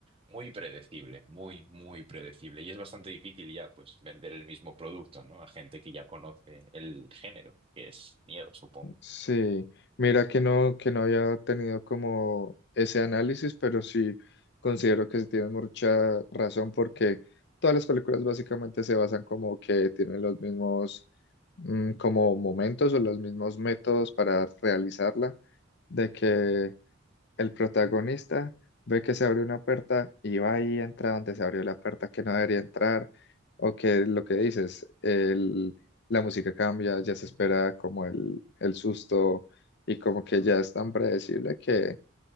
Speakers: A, on the right; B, on the left.
A: muy predecible, muy, muy predecible. Y es bastante difícil ya, pues, vender el mismo producto, ¿no? A gente que ya conoce el género, que es miedo, supongo.
B: Sí, mira que no, que no había tenido como ese análisis, pero sí considero que tiene mucha razón porque todas las películas básicamente se basan como que tienen los mismos mm, como momentos o los mismos métodos para realizarla, de que el protagonista ve que se abrió una puerta y va y entra donde se abrió la puerta que no debería entrar, o que lo que dices, el- la música cambia, ya se espera como el, el susto y como que ya es tan predecible que